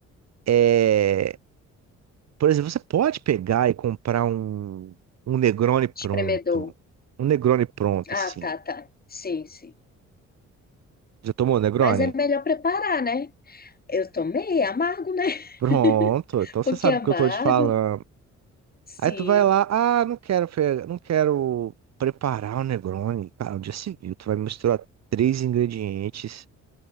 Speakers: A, on the right (about 60°); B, on the left (about 30°).
A: é Por exemplo, você pode pegar e comprar um, um Negroni pronto.
B: Espremedor.
A: Um Negroni pronto,
B: Ah,
A: assim.
B: tá, tá. Sim, sim.
A: Já tomou Negroni?
B: Mas é melhor preparar, né? Eu tomei, é amargo, né?
A: Pronto.
B: <laughs>
A: Então
B: Porque
A: você sabe
B: é amargo.
A: o que eu tô te falando.
B: Sim.
A: Aí tu vai lá, ah, não quero, fe- não quero preparar o Negroni. Cara, onde já se viu? Tu vai misturar três ingredientes.